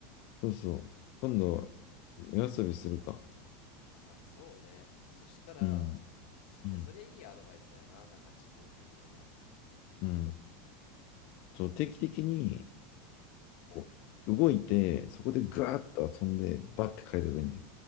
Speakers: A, on the left (about 35°); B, on the left (about 60°).
A: そうそう。
B: あ
A: 今度、夜遊びするか。
B: ーあ、そうね。そしたら、
A: うん。うん。
B: いや、それいいアドバイスやな。なんか地方住みでな。うん、
A: うん。そう、定期的に、
B: うん、
A: こう、動いて、そこでガーッと遊んで、
B: うん。
A: バッて帰ればいいんだよ。